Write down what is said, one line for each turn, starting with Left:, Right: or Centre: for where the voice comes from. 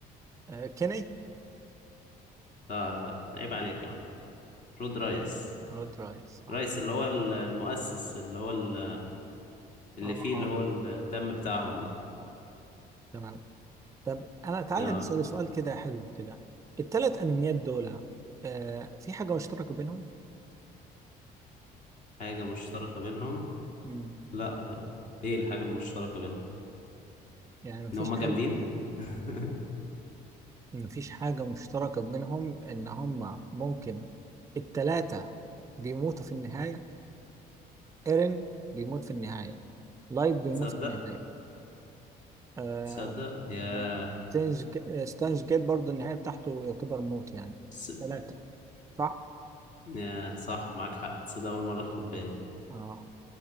Right: آه كيني
Left: لا لا عيب عليك يا عم رود رايس
Right: رود رايس اه
Left: رايس اللي هو ال- المؤسس اللي هو ال- اللي
Right: اه
Left: فيه
Right: اه
Left: اللي هو الدم
Right: اه
Left: بتاعهم ده
Right: تمام طب انا تعالى
Left: اه
Right: نسال سؤال كده حلو كده الثلاث انميات دول آه في حاجه مشتركه بينهم؟
Left: حاجة مشتركة بينهم
Right: مم.
Left: لا آه، ايه الحاجة المشتركة بينهم
Right: يعني مفيش
Left: ان هما
Right: اي
Left: جامدين <laughs>
Right: مفيش حاجه مشتركه بينهم ان هم ممكن الثلاثه بيموتوا في النهايه ايرين بيموت في النهايه لايف بيموت
Left: تصدق
Right: في النهايه آه
Left: تصدق يا
Right: آه، ستانز ج- ستانز جيت برضه النهاية بتاعته يعتبر موت يعني
Left: س...
Right: ثلاثة صح؟
Left: يا صح معاك حق تصدق اول مرة اخد بالي
Right: آه.